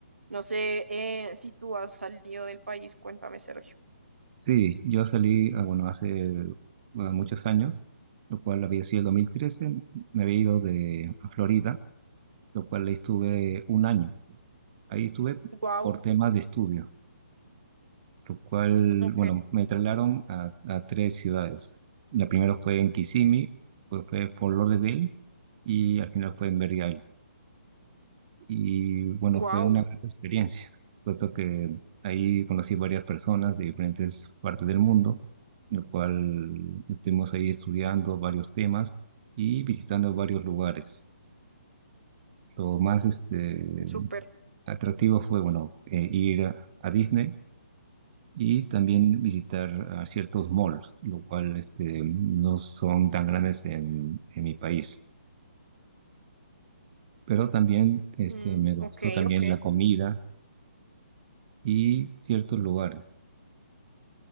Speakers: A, on the right; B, on the right.
A: No sé eh, si tú has salido del país, cuéntame, Sergio.
B: Sí, yo salí, ah, bueno, hace ah, muchos años, lo cual había sido el 2013. me había ido de a Florida, lo cual ahí estuve un año. Ahí estuve
A: Wow,
B: por temas de estudio, lo cual,
A: ok.
B: bueno, me trasladaron a, a tres ciudades. La primera fue en Kissimmee, pues fue Fort Lauderdale y al final fue en Berry Y bueno,
A: Wow,
B: fue una gran experiencia, puesto que ahí conocí varias personas de diferentes partes del mundo, en lo cual estuvimos ahí estudiando varios temas y visitando varios lugares. Lo más este,
A: súper.
B: atractivo fue, bueno, eh, ir a, a Disney y también visitar a ciertos malls, lo cual este, no son tan grandes en, en mi país. Pero también este,
A: Mm,
B: me gustó
A: ok,
B: también
A: ok.
B: la comida y ciertos lugares.